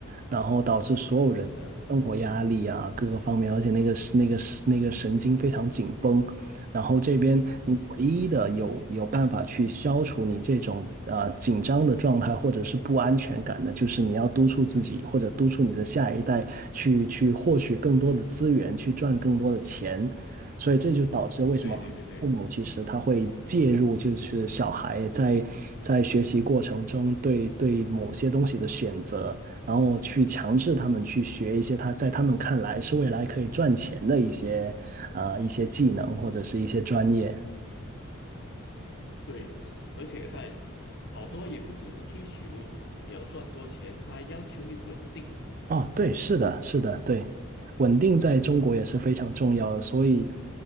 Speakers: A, on the right (about 40°); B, on the left (about 50°).
A: 然后导致所有人生活压力啊，
B: 是的，
A: 各个方面，而且那个那个那个神经非常紧绷，然后这边你唯一的有有办法去消除你这种呃紧张的状态或者是不安全感的，
B: 嗯哼，
A: 就是你要督促自己或者督促你的下一代去去获取更多的资源，去赚更多的钱。所以这就导致为什么父母其实他会介入，
B: 对对对对
A: 就是小孩在在学习过程中对对某些东西的选择，然后去强制他们去学一些他在他们看来是未来可以赚钱的一些啊、一些技能或者是一些专业。
B: 对，而且他也好多也不只是追求你要赚多钱，他还要求你稳定。
A: 哦，对，是的，是的，对，稳定在中国也是非常重要的，所以。